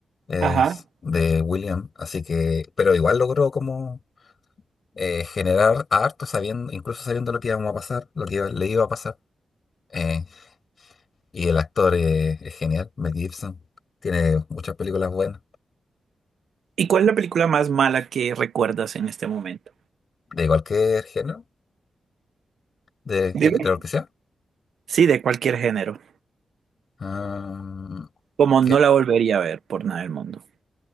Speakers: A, on the left; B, on the right.
A: Es
B: Ajá.
A: de William. Así que, pero igual logró como eh, generar harto sabiendo, incluso sabiendo lo que íbamos a pasar, lo que iba- le iba a pasar. Eh, y el actor eh, es genial, Mel Gibson. Tiene muchas películas buenas.
B: ¿Y cuál es la película más mala que recuerdas en este momento?
A: De cualquier género, de,
B: Dime.
A: de, de lo que sea.
B: Sí, de cualquier género.
A: Mm,
B: Como
A: que-
B: no la volvería a ver por nada del mundo.